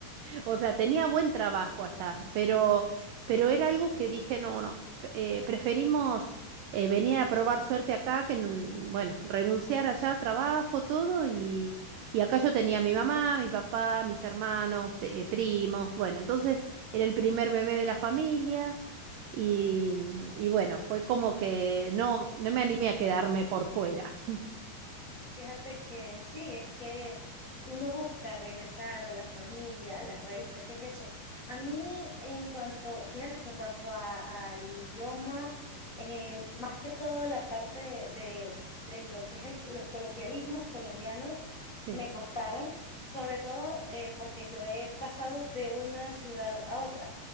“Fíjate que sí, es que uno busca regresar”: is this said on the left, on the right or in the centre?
Left